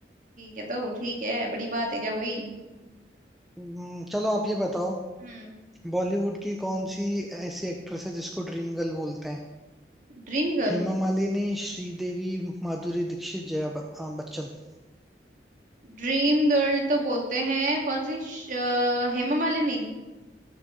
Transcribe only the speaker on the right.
है तो ठीक है बड़ी बात है क्या कोई
हम्म
Dream girl
ड्रीम गर्ल तो बोलते हैं कौन सी श- अ, हेमा मालिनी